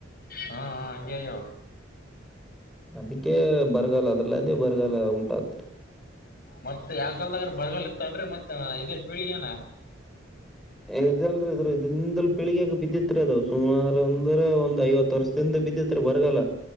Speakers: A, on the left; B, in the centre.
A: ಹಾ ಹಾ ಹಂಗೆೋ
B: ಅದಕ್ಕೆ ಬರಗಾಲ ಅದ್ರಲ್ಲ ಅದೇ ಬರಗಾಲ ಉಂಟತ್ರಿ
A: ಮತ್ತೆ ಯಾ ಕಲ್ದಾಗ್ರ ಬರಗಲ್ ಇತ್ತ ಅಂದ್ರೆ ಮತ್ತೆ ಇದೇ ಬಿಳಿ ಏನ
B: ಇದೆಲ್ ಇದ್ರ ಇದರಿ ಬೆಳಗ್ಗೆಗೆ ಬಿದ್ದಿತ್ ಅದಾವ ಸುಮಾರು ಅಂದ್ರೆ ಒಂದ್ ಐವತ್ತು ವರ್ಷದಿಂದ ಬಿದ್ದಿತ್ರಿ ಬರಗಲ್ಲ